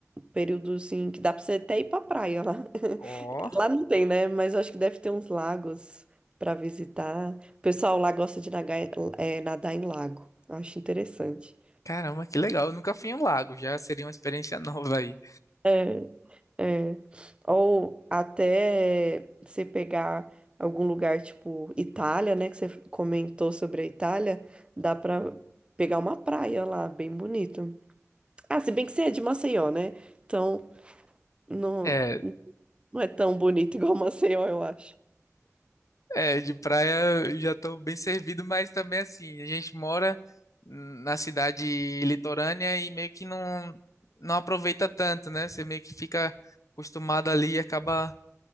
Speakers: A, on the right; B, on the left.
A: período assim que dá pra você até ir pra praia lá. <laughs>
B: Ó,
A: Lá não tem, né? Mas eu acho que deve ter uns lagos pra visitar. O pessoal lá gosta de nagar em- é, nadar em lago. Eu Acho interessante.
B: caramba, que legal. Eu nunca fui em um lago, já seria uma experiência <laughs> nova aí.
A: É, é. Ou até você pegar algum lugar tipo Itália, né? Que você comentou sobre a Itália, dá pra pegar uma praia lá, bem bonito. Ah, se bem que você é de Maceió, né? Então, não,
B: É,
A: não é tão bonito igual <laughs> Maceió, eu acho.
B: É, de praia eu já estou bem servido, mas também assim, a gente mora na cidade litorânea e meio que não, não aproveita tanto, né? Você meio que fica acostumado ali e acaba